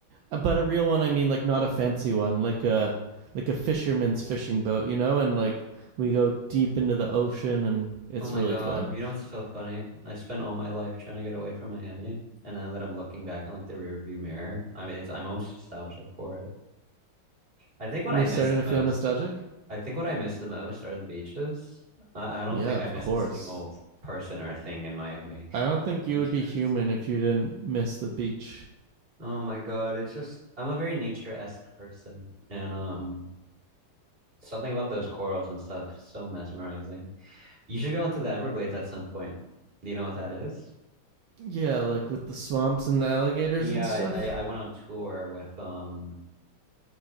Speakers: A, on the right (about 70°); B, on the right (about 25°).
A: uh, but a real one. I mean, like not a fancy one, like a like a fisherman's fishing boat, you know. And like we go deep into the ocean, and it's
B: Oh my
A: really
B: God.
A: fun.
B: You know what's so funny? I spent all my life trying to get away from Miami. And now that I'm looking back on like the rear view mirror, I mean, it's, I'm almost nostalgic for it. I think what
A: You're
B: I miss
A: starting
B: the
A: to feel
B: most,
A: nostalgic.
B: I think what I miss the most are the beaches. I, I don't
A: Yeah,
B: think
A: of
B: I miss
A: course.
B: a single person or thing in Miami.
A: I don't think
B: The beaches
A: you would be human if you didn't miss the beach.
B: Oh my God, it's just I'm a very nature-esque person, and um, something about those corals and stuff so mesmerizing. You should go into the Everglades at some point. Do you know what that is?
A: Yeah, like with the swamps and the alligators
B: Yeah,
A: and stuff.
B: I, I I went on tour with um